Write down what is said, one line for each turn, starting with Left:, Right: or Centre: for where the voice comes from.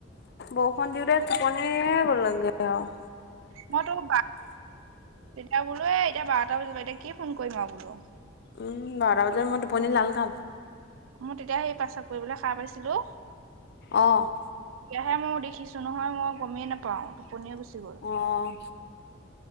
Left: বৰষুণ দিওটে টোপনিয়ে গ'লগে আও।
Right: মই তু বা হা বোলো এতিয়া বাৰটা বজিব এতিয়া কি ফোন কৰিম আৰু বোলো।
Left: উম বাৰতা বজাত মই টোপনি লাল কাল।
Right: মোৰ তেতিয়া সেই পেছাব কৰিবলৈ খা পাইছিলো।
Left: অৱ।
Right: এতিয়াহে মই দেখিছো নহয়, মই গমেই নাপাওঁ। টোপনিয় গুচি গ'ল।
Left: অ',